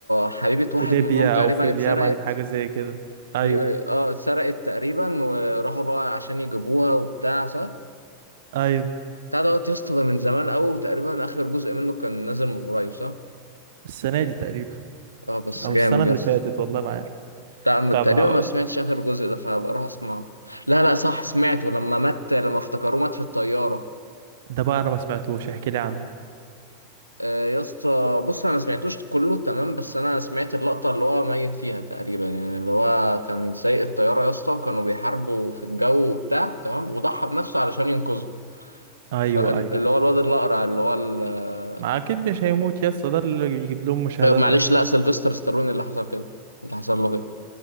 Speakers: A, on the right; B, on the right.
A: حبيبة واحد
B: في ليبيا
A: منهم تقريبا
B: أو في اليمن
A: اتسرقت
B: حاجة زي كده
A: في
B: أيوه
A: اه اتسرقت تقريبا وراحوا بقى عشان يجيبوها وبتاع صح
B: أيوه
A: بتاع دوت يا اسطى ده من زمان قوي وتقريبا اخر جزء منه كان نازل من قريب صح؟
B: السنة دي تقريبا
A: اه بس
B: أو
A: جامد
B: السنة اللي
A: يا اسطى
B: فاتت والله ما عارف
A: تع-
B: طب
A: تقريبا
B: هقول
A: ما سمعتش اخر جزء ده فهبقى اروح اسمعه لا لا صح سمعته لما مات لما افتكروه مات في الطياره
B: ده بقى أنا ما سمعتوش احكي لي عنه
A: آه يا اسطى بص انا ما سمعتوش كله تمام بس انا سمعت اللقطه اللي هو ميت فيها تقريبا يعني اللي هو كان سايق الطياره يا اسطى وكانوا بيحاربوا في الجو وبتاع تمام وضحى بنفسه علشان ينقذهم
B: أيوه
A: فاللي
B: أيوه
A: هو الواد الاقرع اللي هو ال-
B: ما أكيد مش هيموت يا اسطى ده اللي بيجيب لهم مشاهدات
A: معلش
B: أصلا
A: لا سيلفستر ستالون اللي حصل كده اللي حصل له كده